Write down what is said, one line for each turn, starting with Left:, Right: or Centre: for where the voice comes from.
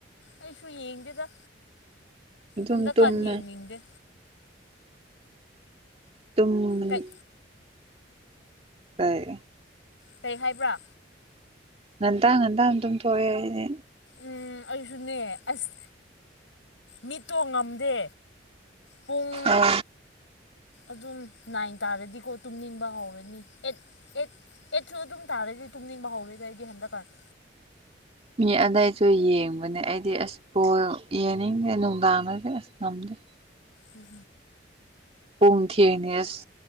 Left: ꯑꯩꯁꯨ ꯌꯦꯡꯗꯦꯗ
Right: ꯑꯗꯨꯝ
Left: ꯍꯗ
Right: ꯇꯨꯝꯃꯦ
Left: ꯀꯥꯥꯟ ꯌꯦ ꯃꯤꯗꯦ
Right: ꯇꯣꯃꯅꯤ
Left: ꯀꯩ
Right: ꯀꯥꯏ
Left: ꯀꯩ ꯍꯥꯏꯕ꯭ꯔꯥ
Right: ꯉꯟꯗ ꯉꯟꯗ ꯑꯗꯨꯝ ꯄꯑꯦꯗꯤ
Left: ꯎꯝ ꯑꯩꯁꯨꯅꯦ ꯑꯁ ꯃꯤꯠꯇꯣ ꯉꯝꯗꯦ ꯄꯨꯡ
Right: ꯑ
Left: ꯑꯗꯨꯝ ꯅꯥꯏꯟ ꯇꯥꯔꯗꯤꯀꯣ ꯇꯨꯝꯅꯤꯡꯕ ꯍꯧꯔꯅꯤ ꯑꯦꯠ ꯑꯦꯠ ꯑꯦꯠꯁꯨ ꯑꯗꯨꯝ ꯇꯥꯔꯗꯤ ꯇꯨꯝꯅꯤꯡꯕ ꯍꯧꯔꯦꯗ ꯑꯩꯗꯤ ꯍꯟꯗꯛꯀꯥꯟ
Right: ꯃꯤ ꯑꯗꯩꯁꯨ ꯌꯦꯡꯕꯅꯦ ꯑꯩꯗꯤ ꯑꯁ ꯄꯣꯜ ꯌꯦꯡꯅꯤꯡꯗꯦ ꯅꯨꯡꯗꯥꯡꯗꯁꯨ ꯑꯁ ꯉꯝꯗꯦ ꯍ
Left: ꯎꯝ
Right: ꯄꯨꯡ ꯊꯦꯡꯅꯦ ꯑꯁ